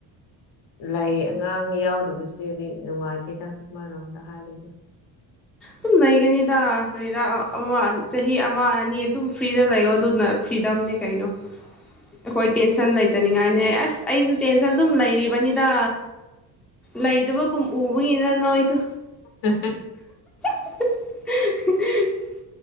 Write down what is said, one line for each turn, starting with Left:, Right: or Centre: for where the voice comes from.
Left: ꯂꯩ ꯑꯉꯥꯡ ꯌꯥꯎꯗꯕꯁꯤꯗꯤꯗꯤ ꯅꯨꯡꯉꯥꯏꯇꯦꯗ ꯑꯃꯔꯣꯝꯗ ꯍꯥꯏꯔꯤꯒꯦ
Centre: ꯑꯗꯨꯝ ꯂꯩꯒꯅꯤꯗ ꯀꯔꯤꯔꯥ ꯑꯃ ꯆꯍꯤ ꯑꯃ ꯑꯅꯤ ꯑꯗꯨꯝ ꯐ꯭ꯔꯤꯗ ꯂꯩꯌꯣ ꯑꯗꯨꯅ ꯐ꯭ꯔꯤꯗꯝꯅꯤ ꯀꯩꯅꯣ ꯑꯩꯈꯣꯏ ꯇꯦꯟꯁꯟ ꯂꯩꯇꯅꯤꯡꯉꯥꯏꯅꯦ ꯑꯁ ꯑꯩꯁꯨ ꯇꯦꯟꯁꯟ ꯑꯗꯨꯝ ꯂꯩꯔꯤꯕꯅꯤꯗ ꯂꯩꯗꯕꯒꯨꯝ ꯎꯕꯒꯤꯅ ꯅꯣꯏꯁꯨ
Left: ꯎꯝ
Centre: ꯂ